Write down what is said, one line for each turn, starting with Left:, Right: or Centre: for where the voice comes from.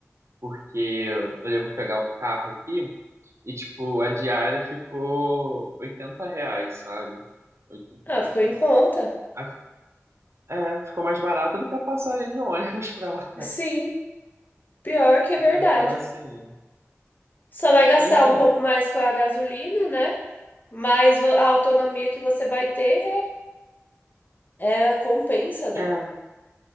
Right: porque eu devo pegar um carro aqui e, tipo, a diária ficou 80 reais, sabe? oitenta
Left: Ah,
Right: e pouquinho.
Left: ficou em conta.
Right: Aí, É, ficou mais barato do que a passagem de ônibus <laughs> pra lá.
Left: Sim, pior que é verdade.
Right: Então, assim,
Left: Só vai gastar
Right: pois é,
Left: um pouco mais com a gasolina, né? Mas vo- a autonomia que você vai ter é, é- compensa, né?
Right: é,